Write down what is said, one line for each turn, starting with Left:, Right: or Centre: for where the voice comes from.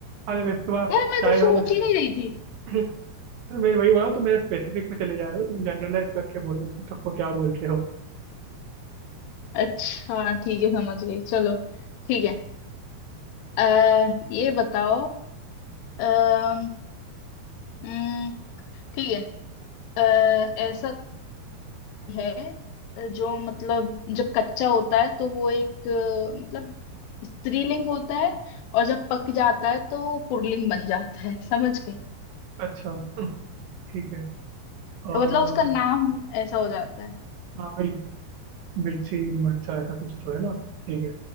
Right: अरे वैसे तुम्हारा
Left: यार मैं
Right: चाय
Left: तो सोच
Right: वाला
Left: ही नहीं रही थी
Right: <laughs> अरे मैं वही बोला तुम मेरे स्पेसिफिक पे चले जा रहे हो तुम जनरलाइज करके बोलो उसको सबको क्या बोलते हो
Left: अच्छा ठीक है समझ गई चलो ठीक है अ, ये बताओ अम, उम, ठीक है अ, ऐसा कोई है जो मतलब जब कच्चा होता है तो वो एक अ, मतलब स्त्रीलिंग होता है और जब पक जाता है तो वो पुल्लिंग बन जाता है समझ गई
Right: अच्छा ठीक है अ,
Left: तो मतलब उसका नाम ऐसा हो जाता है
Right: हाँ भाई मिर्ची मरचा ऐसा कुछ तो है ना ठीक है